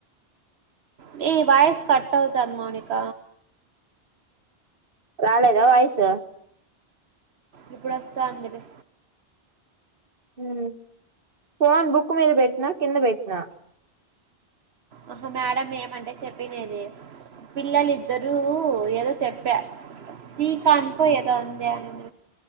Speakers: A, on the right; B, on the right.
A: నీ వాయిస్ కట్ అవుతంది మౌనిక
B: రాలేదా వాయిసు
A: ఇప్పుడు వస్తంది లె
B: ఉమ్ ఫోన్ బుక్ మీద పెట్టినా కింద పెట్టినా
A: ఆహా మేడం ఏమంటే చెప్పినది, పిల్లలి ఇద్దరూ ఏదో చెప్పా, సీకా అనుకో ఏదో అంది ఆమే